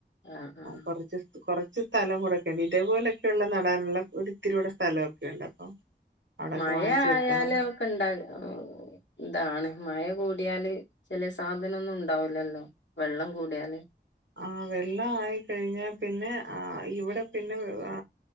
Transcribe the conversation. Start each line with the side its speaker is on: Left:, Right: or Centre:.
Left: ആഹ് ആഹ്
Right: കൊറച്ച് കൊറച്ച് സ്ഥലം കൂടെക്കെണ്ട് ഇതേപോലൊക്കെയ ഉള്ള നടാനുള്ള ഒരിത്തിരിടെ സ്ഥലമൊക്കെയ ഉണ്ട് അപ്പം- അവിടൊക്കെ
Left: മഴ
Right: വാങ്ങിച്ച്
Left: ആയാല
Right: വെക്കണം
Left: ഒക്കെ ഇണ്ടക ഓ.. എന്താണ് മഴ കൂടിയാല് ചില സാധനൊന്നും ഉണ്ടാവൂലല്ലോ? വെള്ളം കൂടിയാല്
Right: ആഹ് വെള്ളം ആയി കഴിഞ്ഞാൽ പിന്നെ ആഹ് ഇവിടെ പിന്നെ അ